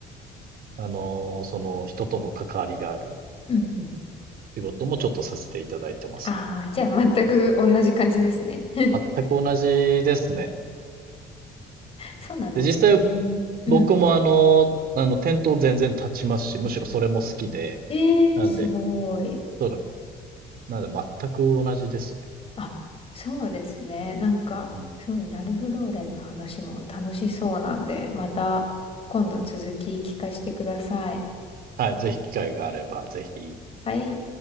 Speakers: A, on the right; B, on the left.
A: あのーその人との関わりがある
B: うんうん。
A: 仕事もちょっとさせていただいてますね。
B: ああ、じゃあ全く同じ感じですね。
A: うん
B: <laughs>
A: 全く同じですね。
B: そうなんですよね。
A: で、実際
B: うんうん。
A: 僕もあの、あの、店頭全然立ちますし、むしろそれも好きで、
B: ええー、
A: なんで、
B: すごい。
A: そうだね。なんで全く同じですね。
B: あ、そうですね。なんか、
A: うん
B: そうね、ラルフ・ローレンの話も楽しそうなんで、また今度続き聞かせてください。
A: はい、ぜひ機会があれば、ぜひ、
B: はい。